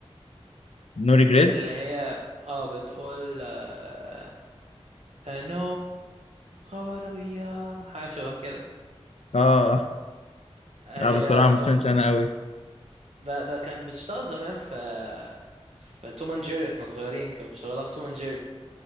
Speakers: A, on the left; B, on the right.
A: نو ريجريت
B: اللي هي اه بتقول آه نو غواربية حاجه شبه كده
A: اه
B: هي
A: لا بصراحه ما
B: ما
A: سمعتش انا قوي
B: ده ده كان بيشتغل زمان في في توم اند جيري احنا صغيرين كان بيشغلها في توم اند جيري